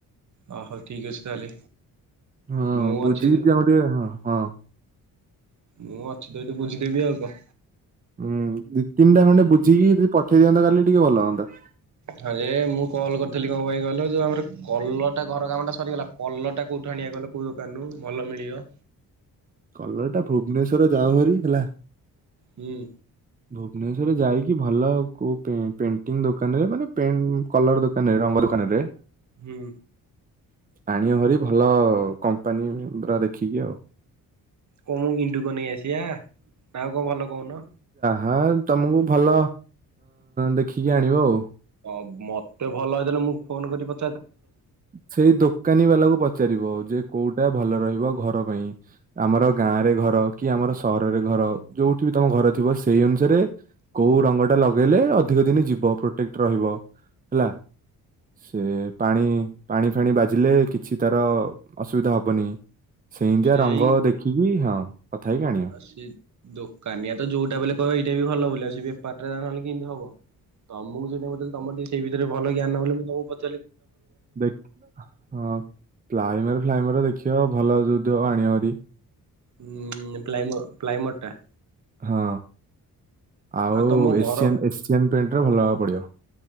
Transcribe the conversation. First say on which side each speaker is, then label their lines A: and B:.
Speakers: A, on the right; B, on the right.
A: ଅ ହଉ ଠିକ ଅଛି ତାହେଲେ
B: ହଁ
A: ମୁଁ
B: ବୁଝିକି
A: ଅଛି
B: କୁହମ ଟିକେ ହଁ।
A: ମୁଁ ଅଛି ତ ଏଠି ବୁଝିଦେବି ଆଉ କ
B: ହୁଁ ଦି ତିନିଟା ଖଣ୍ଡେ ବୁଝିକି ଯଦି ପଠେଇ ଦିଅନ୍ତତ କାଲି ଟିକେ ଭଲ ହୁଅନ୍ତା।
A: ହଁ ଯେ ମୁଁ କଲ୍ କରିଥିଲି କଣ ପାଇଁ କହିଲ ଯୋଉ ଆମର କଲରଟା ଘର କାମଟା ସରିଗଲା କଲରଟା କ କୋଉଠୁ ଆଣିବା କହିଲ କୋଉ ଦୋକାନରୁୁ ଭଲ ମିଳିବ?
B: କଲରଟା ଭୁବନେଶ୍ଵର ଯାଉହରି ହେଲା।
A: ହୁଁ।
B: ଭୁବନେଶ୍ଵର ଯାଇକି ଭଲ କୋଉ ପେଣ୍ଟିଙ୍ଗ ଦୋକାନରେ ମାନେ ପେଁ କଲର ଦୋକାନରେ ରଙ୍ଗ ଦୋକାନରେ।
A: ହୁଁ।
B: ଆଣିଵ ଭାରି ଭଲ କମ୍ପାନୀ ର ଦେଖିକି ଆଉ।
A: କ ମୁଁ ଇଣ୍ଡୁକ ନେଇ ଆସିବା ନାଁ ଆଉ କଣ ଭଲ କହୁନ?
B: ହଁ ତମକୁ ଭଲ ଦେଖିକି ଆଣିବ ଆଉ।
A: ହ ମତେ ଭଲ ହେଇଥେଲେ ମୁଁ ଫୋନ କରି ପ
B: ସେଇ ଦୋକାନୀ ବାଲାକୁ ପଚାରିବ ଯେ କୋଉଟା ଭଲ ରହିବ ଘର ପାଇଁ ଆମର ଗାଁ ରେ ଘର। କି ଆମର ସହରରେ ଘର ଯୋଉଠି ବି ତମ ଘର ଥିବ ସେଇ ଅନୁସାରେ କୋଉ ରଙ୍ଗ ଟା ଲଗେଇଲେ ଅଧି କ ଦିନି ଯିବ ପ୍ରୋଟେକ୍ଟ ରହିବ ହେଲା ସେ ପାଣି ପାଣି ଫାଣି ବାଜିଲେ କିଛି ତାର ଅସୁବିଧା ହବନି। ସେମିତିଆ
A: ସେଇ
B: ରଙ୍ଗ ଦେଖିକି ହଁ କଥା ହେଇକି ଆଣିଅ।
A: ସେ ଦୋକାନିଆ ତ ଯୋଉଟା ବେଲେ କହିବ ଏଇଟା ବି ଭଲ ବୋଲି ଆଉ ସେ ବେପାର ଟା ନହେଲେ କେମିତି ହବ। ତମକୁ ସେଇଥିପାଇଁ ପଚାରିଲି ତମର ଟିକେ ସେଇ ବିଷୟରେ ଭଲ ଜ୍ଞାନ ବୋଲି ମୁଁ ତମକୁ ପ
B: ଦେଖିଲ ହଁ। ପ୍ଲାଇମର ଫ୍ଲାଇମର ଦେଖିବ ଭଲ ଯଉଥିବ ଆଣିବ ହେରି।
A: ହୁଁ ପ୍ଲାଇମର ପ୍ଲାଇମର ଟା।
B: ହଁ ଆଉ
A: ତମ
B: ଏସିଆନ
A: ଘର
B: ଏସିଆନ ପେଣ୍ଟର ଭଲ ହବାକୁ ପଡିବ।